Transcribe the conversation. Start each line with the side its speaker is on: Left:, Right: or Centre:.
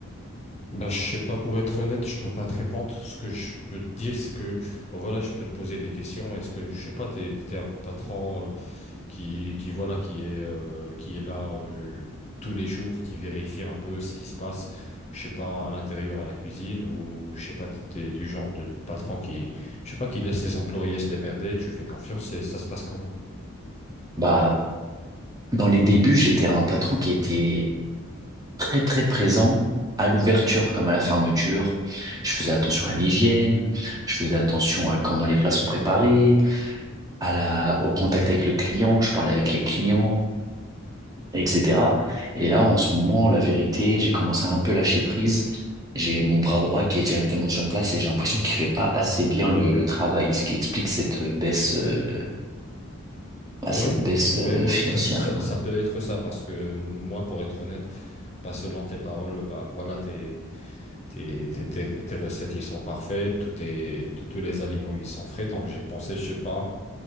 Left: Ben, je sais pas, pour être honnête, je peux pas te répondre. Ce que je peux te dire, c'est que, ben voilà, je peux te poser des questions. Est-ce que, je sais pas, t'es, t'es un patron, euh, qui, qui voilà, qui est, euh, qui est là euh, tous les jours, qui vérifie un peu ce qui se passe, je sais pas, à l'intérieur, à la cuisine, ou je sais pas, t'es, t'es du genre de patron qui, je sais pas, qui laisse ses employés se démerder, tu fais confiance et ça se passe comment?
Right: Bah, dans les débuts, j'étais un patron qui était très très présent à l'ouverture comme à la fermeture. Je faisais attention à l'hygiène, je faisais attention à comment les plats sont préparés, à la, au contact avec le client, je parlais avec les clients. etc. Et là, en ce moment, la vérité, j'ai commencé à un peu lâcher prise. J'ai mon bras droit qui est directement sur place et j'ai l'impression qu'il fait pas assez bien le, le travail, ce qui explique cette baisse, euh, bah,
Left: Ouais,
Right: cette baisse
Left: ouais,
Right: euh,
Left: ouais,
Right: financière,
Left: ça, ça,
Right: quoi.
Left: ça peut être ça, parce que moi, pour être honnête, bah, selon tes paroles, bah voilà, t'es Tes, tes- tes- tes recettes, ils sont parfaites, tous tes- tous tous les aliments, ils sont frais. Donc, j'ai pensé, je sais pas,